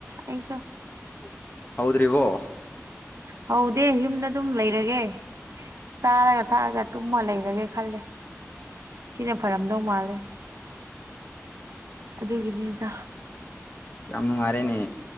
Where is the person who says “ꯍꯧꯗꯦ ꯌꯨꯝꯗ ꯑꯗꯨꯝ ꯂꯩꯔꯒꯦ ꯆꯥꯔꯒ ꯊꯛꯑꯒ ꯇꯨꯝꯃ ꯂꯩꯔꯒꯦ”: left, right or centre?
Right